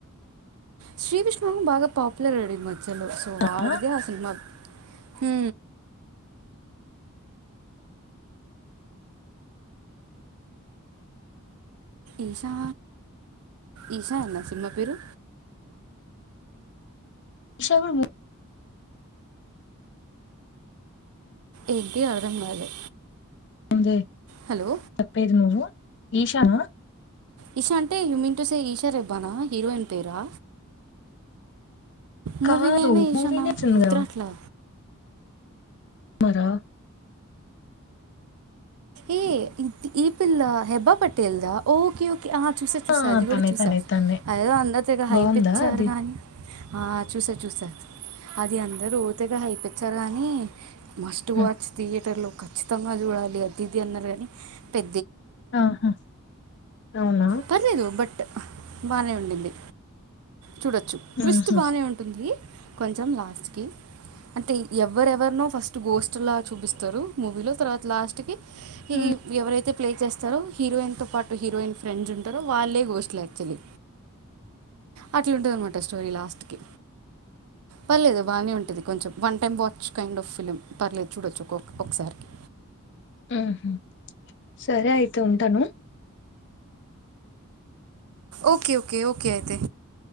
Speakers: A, on the right (about 80°); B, on the left (about 55°).
A: శ్రీ విష్ణు బాగా పాపులర్ అయ్యాడు ఈ మ ధ్యలో సో వాడిదే
B: ఈషా
A: ఆ సినిమా హ్ ఈశా ఈశా యేనా సినిమా పేరు
B: ఈశ కూడ మూ
A: ఏంటి అర్థం కాలే.
B: ఎందె
A: హలో
B: చెప్పేది నువ్వు ఈశ నా
A: ఈషా అంటే you mean to say Isha రెబ్బానా హీరోయిన్ పేరా. మూవీ
B: కాదు
A: నేమే ఈశానా
B: మూవీనే వచ్చింది
A: గుర్తు
B: కదా
A: రాట్లా.
B: మరా
A: ఏ ఇ ఈ పిల్లా హెబ్బా పటేల్ దా ఓకే ఓ ఆ చూసా చూసా
B: ఆ
A: అది కూడా
B: తనే
A: చూసా
B: తనే తనే
A: అది ఎదో తెగ హైపిచ్చారు
B: బావుందా అది
A: కాని ఆ చూసా చూసా అది అందరు ఓ తెగా హైపిచ్చారు కాని మస్ట్
B: హ్మ్
A: వాచ్ థియేటర్ లో ఖచ్చితంగా చూడాలి అది. ఇది అన్నరు కాని పె
B: ఆహా అవునా.
A: పర్లేేదు బట్ బాగానే ఉండింది. చూడొచ్చు ట్విస్ట్
B: ఊహూ
A: బానే ఉంటుంది. కొంచెం లాస్ట్ కి అంటే ఎవరెవరినో ఫస్ట్ గోస్ట్లా చూపిస్తారు మూవీలో తర్వాత లాస్ట్ కి ఈ
B: హ్మ్
A: ఎవరైతే ప్లే చేస్తారో హీరోయిన్తోపాటు హీరోయిన్ ఫ్రెండ్స్ ఉంటారో వాళ్ళే గోస్ట్లు యాక్చువల్లీ. అట్ల ఉంటుందన్నమా స్టోరి లాస్ట్కి. పర్లేదు బానే ఉంటది కొంచెం one time watch kind of film పర్లేదు చూడొచ్చు. ఒక్కొక్క ఒకసారికి
B: ఉహుమ్ సరే అయితే ఉంటాను.
A: ఓకే ఓకే ఓకే అయితే.